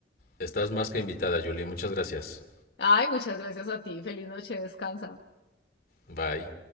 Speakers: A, on the left; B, on the left.
A: Estás más que invitada, Julie. Muchas gracias.
B: Ay, muchas gracias a ti, feliz noche, descansa.
A: Bye.